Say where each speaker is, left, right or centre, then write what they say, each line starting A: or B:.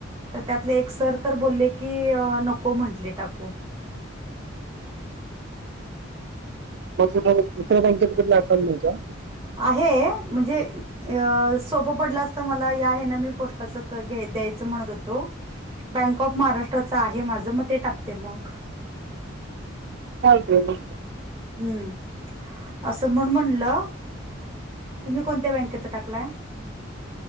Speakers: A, on the right; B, on the right.
A: तर त्यातले एक सर तर बोल्ले की नको म्हंटले टाकू.
B: मग तुम्हाला दुसऱ्या बँकेेत अकाउंट नायका?
A: <inaudible> आहे म्हणजे अ सोपं पडलं असत मला या हेन मी पोस्टाचं घेत द्यायचं च म्हणत होतो बँक ऑफ महाराष्ट्रा आहे माझ मग ते टाकते म. <inaudible>
B: चालतंय मग.
A: हम्म असं म्हण म्हणलं तुम्ही कोणत्या बँकेच टाकलाय?